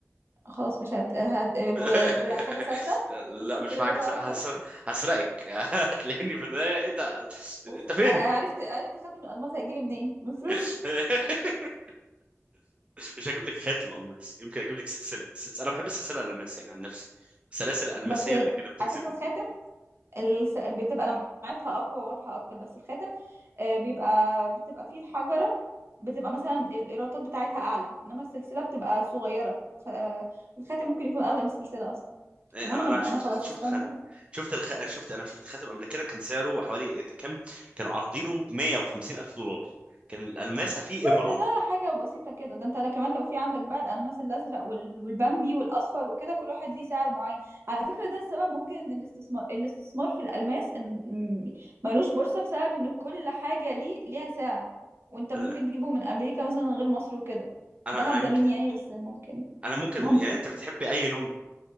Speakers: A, on the right; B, on the right.
A: خلاص مش هت... هت... ب-
B: <laughs>
A: بحاجه ثابته ندخل
B: لا مش
A: في ربا
B: معاك
A: بقى
B: هسرق
A: وحوارات
B: هسرقك <laughs> هتلاقيني في النهايه ايه ده
A: <laughs>
B: انت
A: وف...
B: فين
A: عرفت عرفت خاتم الالماس هيجيلي منين من فلوسي
B: <laughs> مش هجيب لك خاتم الماس يمكن اجيب لك سلسله السلسله انا بحب السلسله الالماس يعني عن نفسي سلاسل الالماس
A: بس
B: هي اللي كده بتجذبني
A: على فكره الس... بتبقى لمعتها اقوى وواضحه اكتر بس الخاتم آه، بيبقى بتبقى فيه الحجره بتبقى مثلا الايرادات بتاعتها اعلى انما السلسله بتبقى صغيره فالخاتم ممكن يكون اغلى من السلسله اصلا
B: يعني
A: المهم
B: انا
A: انا
B: أنا شفت
A: انا خلاص
B: شفت
A: هستنى
B: خاتم شفت الخ... شفت انا شفت خاتم قبل كده كان سعره حوالي إيه كام كانوا عارضينه ب 150 الف دولار كان الالماسه فيه ايمرالد
A: ده ده حاجة بسيطة كده ده انت لا كمان لو في عندك بقى الألماس الأزرق وال- والبامبي والأصفر وكده كل واحد ليه سعر معين على فكرة ده السبب ممكن ان الاستثمار الاستثمار في الألماس ان م- ملوش بورصة بسبب ان كل حاجة ليه ليها سعر وانت ممكن
B: انا
A: تجيبه من أمريكا مثلا غير مصر وكده
B: انا
A: ده هبدأ
B: يمكن
A: مني يعني بس ممكن
B: انا ممكن
A: ممكن
B: م- يعني انت بتحبي اي لون